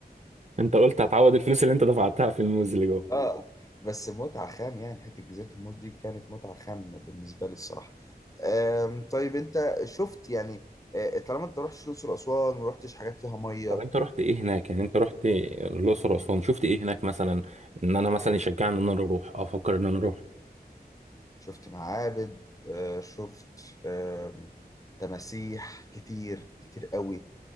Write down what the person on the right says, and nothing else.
انت قلت هتعوض الفلوس اللي انت دفعتها في الموز اللي جوه
طب انت رحت ايه هناك يعني انت رحت الاقصر واسوان شفت ايه هناك مثلا ان انا مثلا يشجعني ان انا اروح افكر ان انا اروح